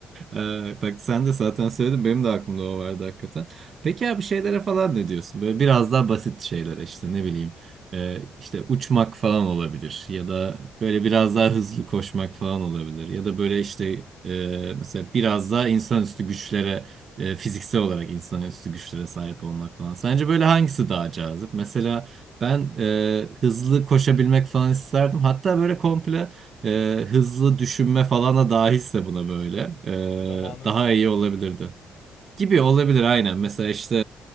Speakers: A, on the right; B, on the left.
A: Ee, bak sen de zaten söyledin benim de aklımda o vardı hakikaten. Peki ya bir şeylere falan ne diyorsun? Böyle biraz daha basit şeylere işte
B: Hı hı.
A: ne bileyim e, işte uçmak falan olabilir ya da böyle biraz daha hızlı koşmak falan olabilir ya da böyle işte e, mesela biraz daha insanüstü güçlere e, fiziksel olarak insanüstü güçlere sahip olmak falan. Sence böyle hangisi daha cazip? Mesela ben e, hızlı koşabilmek falan isterdim. Hatta böyle komple e, hızlı düşünme falan da dahilse buna böyle
B: Zamanı
A: e,
B: hızlandırma
A: daha iyi olabilirdi.
B: gibi.
A: Gibi olabilir aynen. Mesela işte